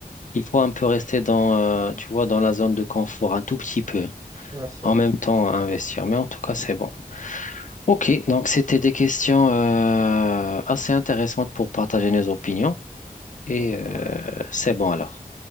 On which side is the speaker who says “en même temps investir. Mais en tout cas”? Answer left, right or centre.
Left